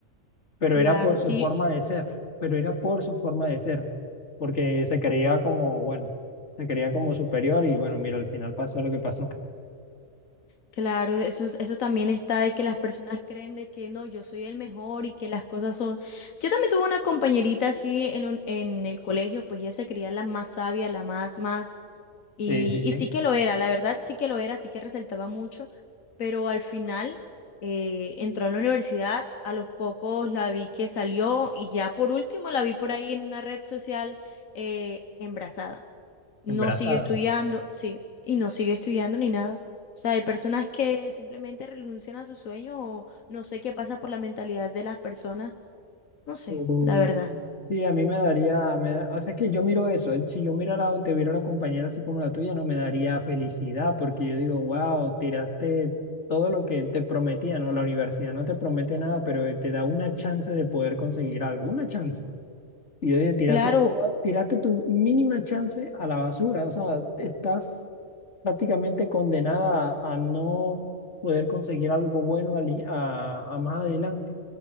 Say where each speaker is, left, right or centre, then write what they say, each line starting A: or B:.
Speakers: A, on the left; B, on the left.
A: Pero
B: Claro,
A: era por
B: sí,
A: su forma de ser, pero era por su forma de ser, porque se creía como, bueno, se creía como superior y bueno, mira, al final pasó lo que pasó.
B: Claro, eso, es- eso también está de que las personas creen de que no, yo soy el mejor y que las cosas son... Yo también tuve una compañerita así en, un- en el colegio, pues ella se creía la más sabia, la más, más, y,
A: Sí, sí, sí,
B: y sí que lo era, la verdad sí que lo era, sí que resaltaba mucho, pero al final eh, entró a la universidad, a los pocos la vi que salió y ya por último la vi por ahí en una red social eh, embarazada no
A: embarazada.
B: siguió estudiando, sí, y no siguió estudiando ni nada. O sea, hay personas que simplemente renuncian a su sueño o no sé qué pasa por la mentalidad de las personas, no sé,
A: O-
B: la verdad.
A: Sí, a mí me daría, me da- o sea, es que yo miro eso, ¿eh? si yo mirara o te viera una compañera así como la tuya, no me daría felicidad, porque yo digo, wow, tiraste todo lo que te prometía, ¿no? La universidad no te promete nada, pero eh, te da una chance de poder conseguir algo, una chance. Y yo dije, tiraste,
B: Claro,
A: todo- tiraste tu mínima chance a la basura, o sea, estás prácticamente condenada a, a no poder conseguir algo bueno al i- a, a más adelante,